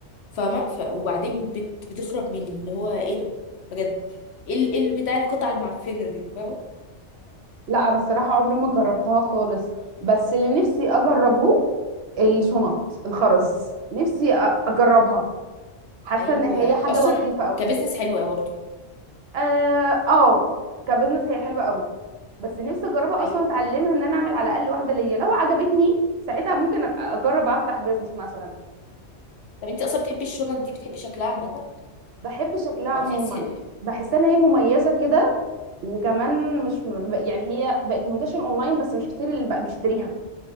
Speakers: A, on the left (about 65°); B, on the right (about 65°).
A: فاهمة ف... وبعدين بت... بتخرب مني اللي هو ايه ده بجد ايه ال... إيه ال- بتاع القطعة المعفنة دي فاهمة
B: لا انا الصراحه عمري ما جربتها خالص بس اللي نفسي اجربه الشنط الخرز نفسي أ- اجربها حاسه
A: ايوه
B: ان هي حاجه
A: اصلا
B: لطيفه قوي
A: كبزنس حلوة برضه
B: اه آه، كبزنس هي حلوه قوي بس نفسي اجربها
A: ايوه
B: اصلا اتعلمها ان انا اعمل على الاقل واحده ليا لو عجبتني ساعتها ممكن ابقى اجرب افتح بزنس مثلا
A: طب انت اصلا بتحبي الشنط دي بتحبي شكلها عامة
B: بحب شكلها عموما
A: او بتحسي
B: بحس ان هي مميزه كده وكمان مش يعني هي بقت منتشرة اونلاين بس مش كتير اللي بقى بيشتريها